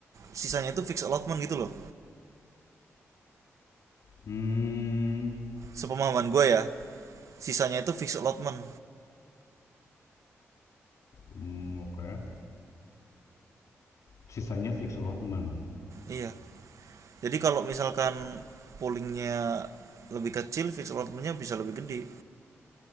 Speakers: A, on the right; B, on the left.
A: sisanya itu fixed allotment gitu loh
B: Hmm.
A: sepemahaman gua ya sisanya itu fixed allotment
B: Hmm, oke. Sisanya fixed allotment.
A: iya jadi kalau misalkan poolingnya lebih kecil fixed allotmentnya bisa lebih gede